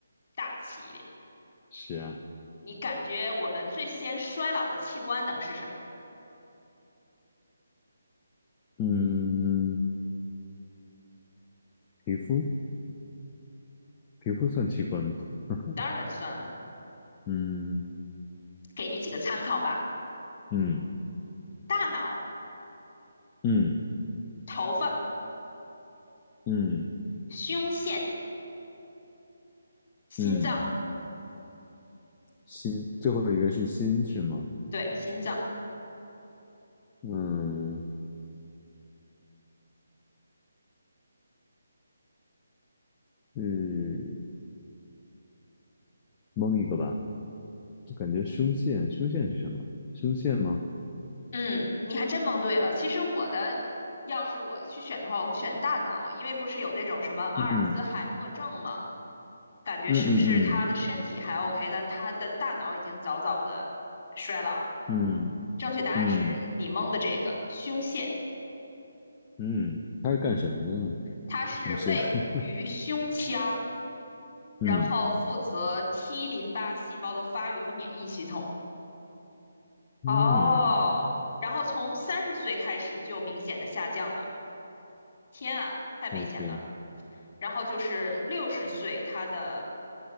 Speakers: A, on the left; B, on the left.
A: 大气一点。
B: 是啊，
A: 你感觉我们最先衰老的器官能是什么？
B: 嗯，皮肤皮肤算器官吗？<laughs>
A: 当然算了，
B: 嗯
A: 给你几个参考吧。
B: 嗯
A: 大脑、
B: 嗯
A: 头发、
B: 嗯
A: 胸腺、心脏，
B: 嗯。心，最后一个是心是吗？
A: 对，心脏。
B: 嗯，是蒙一个吧。就感觉胸腺，胸腺是什么？胸腺吗？
A: 嗯，你还真蒙对了。其实我的，要是我去选的话，我会选大脑，因为不是有那种什么阿尔兹海默症吗？
B: 嗯
A: 感觉是不是他的身体还
B: 嗯嗯
A: OK，但他的大脑已经早早的衰老了。
B: 嗯
A: 正确答案是你蒙的这个胸腺，
B: 嗯嗯嗯，它是干什么的呢？
A: 它是位于胸腔，
B: 胸腺，<laughs> 嗯
A: 然后负责 T 淋巴细胞的发育和免疫系统。哦，
B: 嗯
A: 然后从三十岁开始就明显的下降了，天啊，太危险了。
B: ，OK，
A: 然后就是六十岁，它的